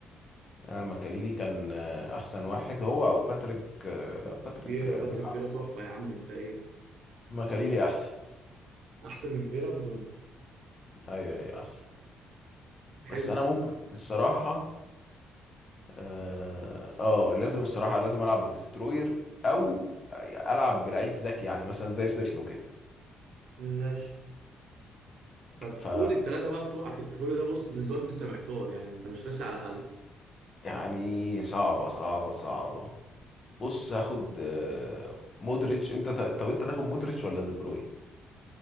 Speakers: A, on the left; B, on the right.
A: آه ماكاليلي كان آه احسن واحد هو او باتريك آه لا باتريك
B: فيرا
A: آه
B: باتريك
A: بيلعب
B: فيرا تحفة يا عم انت ايه
A: ماكاليلي احسن
B: احسن من فيرا ما اظنش
A: ايوه ايوه احسن
B: حلو
A: بس انا ممكن الصراحه اه آه، لازم الصراحه لازم العب بدستروير او العب بلعيب ذكي يعني مثلا زي بيرلو كده
B: ماشي طب
A: ف
B: قول التلاتة بقى بتوعك انت كل ده بص ان دلوقتي انت محتار يعني انت مش راسي على حل
A: يعني صعبه صعبه صعبه بص هاخد آه مودريتش انت ت... طب انت تاخد مودريتش ولا دي بروين